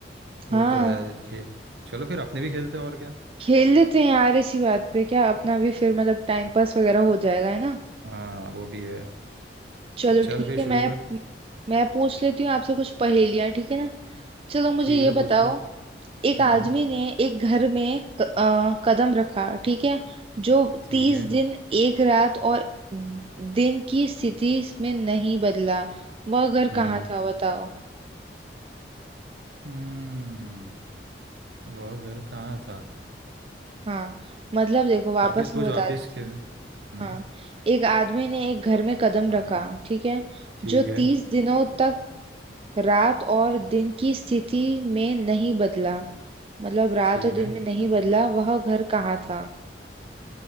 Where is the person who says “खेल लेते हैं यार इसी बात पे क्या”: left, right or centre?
Right